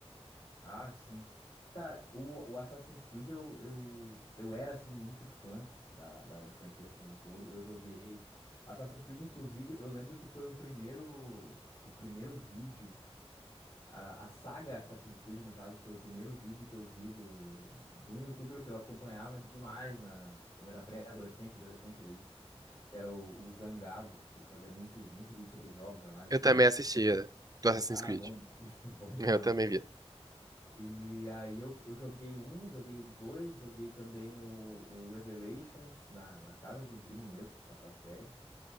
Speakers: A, on the left; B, on the right.
A: Ah, sim. Cara, o, o Assassin's Creed eu, eu, eu era assim muito fã da, da, da franquia como um todo. Eu joguei Assassin's Creed, inclusive, eu lembro que foi o primeiro o primeiro vídeo. A, a saga Assassin's Creed, no caso, foi o primeiro vídeo que eu vi do, do youtuber que eu acompanhava demais na, quando era pré-adolescente, adolescente ali, que era o, o Zangado, que ele fazia muito, muito vídeo sobre jogos, análise
B: Eu
A: e tudo
B: também
A: mais.
B: assistia do Assassin's
A: Ah,
B: Creed.
A: bom, <laughs> bom demais.
B: Eu também via.
A: E aí eu, eu joguei o 1, joguei o 2, joguei também o, o Revelations na, na casa de um primo meu que foi passar as férias.